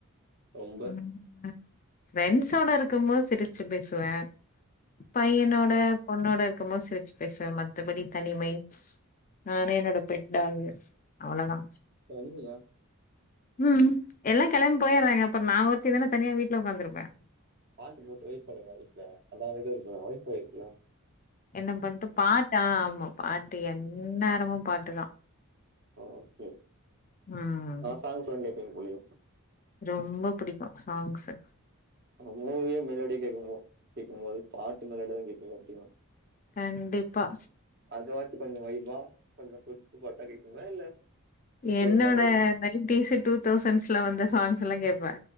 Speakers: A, on the right; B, on the left.
A: ரொம்ப
B: ம் ஃப்ரெண்ட்ஸோட இருக்கும்போது சிரிச்சு பேசுவே பையனோட பொண்ணோட இருக்கும்போது சிரிச்சு பேசுவே மத்தபடி தனிமை நானு என்னோட பெட் டாக்கு அவ்ளோதா
A: தனிமையா
B: ம்ம் எல்லா கெளம்ப் போயறாங்க அப்பறோ நா ஒருத்தி தானே தனியா வீட்ல ஒக்காந்திருப்பே
A: பாட்டு போட்டு வய்ப் பண்ணுங்க வீட்ல அதா அமைதியா <unintelligible>
B: என்ன பண்ட்டு பாட்டா ஆமா பாட்டு எந்நேரமு பாட்டுதா
A: ஓக்கே
B: ம்
A: ஆ சாங்க்ஸ்லா கேப்பிங் போலியே
B: ரொம்ப புடிக்கு சாங்க்ஸ்சு
A: அப்ப மூவியே மெலோடியா கேட்கும்போ கேக்கும்போது பாட்டு மெலோடியதா கேட்பீங்க எப்டியு
B: கண்டிப்பா
A: அது வாச்சி கொஞ்சோ வய்பா கொஞ்சோ குத்து பாட்டா கேப்பிங்க்ளா இல்ல
B: என்னோட
A: ஒரு மாதிரி
B: நைன்டீஷ் டூ தௌசண்ட்ஸ்ல வந்த சாங்ஸ்ல்லா கேப்பே